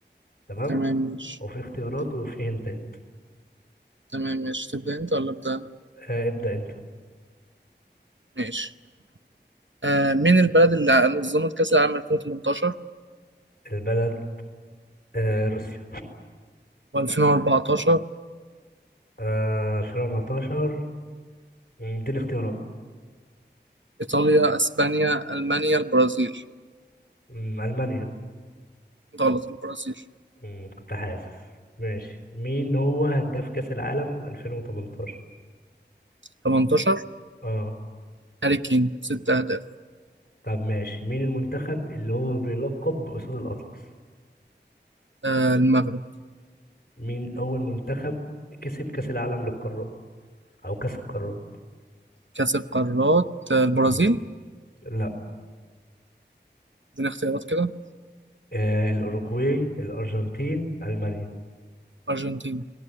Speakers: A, on the left; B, on the right.
A: تمام؟
B: تمام ماشي
A: وفي اختيارات
B: تب-
A: وفي هنتات
B: تمام ماشي تبدأ انت ولا ابدأ انا
A: آه ابدأ انت
B: ماشي آه مين البلد اللي نظمت كأس العالم 2018
A: البلد آه روسيا
B: و2014
A: آه 2014 مم، دي الاختيارات
B: إيطاليا أسبانيا ألمانيا البرازيل
A: مم، ألمانيا
B: غلط البرازيل
A: مم، كنت حاسس ماشي مين هو هداف كأس العالم 2018
B: 18
A: اه
B: هاري كين ست أهداف
A: طب ماشي مين المنتخب اللي هو بيلقب بأسود الأطلس
B: آه المغرب
A: مين أول منتخب كسب كأس العالم للقارات أو كأس القارات
B: كأس القارات آه البرازيل
A: مم. لا
B: اديني اختيارات كده
A: آه الأوروغواي الأرجنتين ألمانيا
B: أرجنتين